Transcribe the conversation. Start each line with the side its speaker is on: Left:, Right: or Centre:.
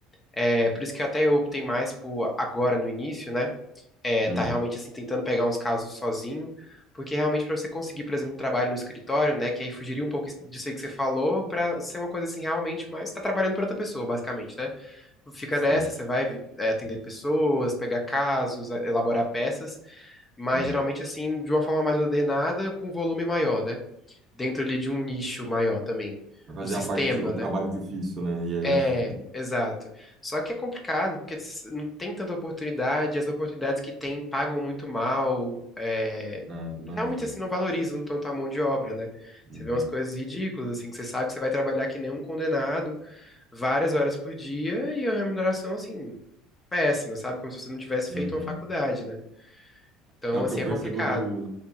Left: É, por isso que até eu optei mais por agora no início, né? É,
Right: uhum,
Left: tá realmente assim tentando pegar uns casos sozinho, porque realmente para você conseguir, por exemplo, um trabalho no escritório, né, que aí fugiria um pouco disso aí que você falou, para ser uma coisa assim realmente, mas tá trabalhando para outra pessoa, basicamente, né? Fica
Right: sei.
Left: nessa, você vai é, atender pessoas, pegar casos, é, elaborar peças, mas
Right: Uhum.
Left: geralmente assim de uma forma mais ordenada, com volume maior, né? Dentro ali de um nicho maior também,
Right: Vai fazer
Left: um sistema,
Right: a parte, de- o trabalho
Left: né?
Right: difícil, né? E aí,
Left: É,
Right: eu... <laughs>
Left: exato. Só que é complicado, porque s- não tem tanta oportunidade, as oportunidades que tem pagam muito mal, é,
Right: ah, imagino.
Left: realmente assim, não valorizam tanto a mão de obra, né?
Right: Uhum,
Left: Você vê umas coisas ridículas, assim, que você sabe que você vai trabalhar que nem um condenado, várias horas por dia, e a remuneração, assim, péssima, sabe? Como se você não tivesse
Right: uhum.
Left: feito uma faculdade, né? Então,
Right: É o
Left: assim,
Right: que eu
Left: é
Right: percebo
Left: complicado.
Right: do,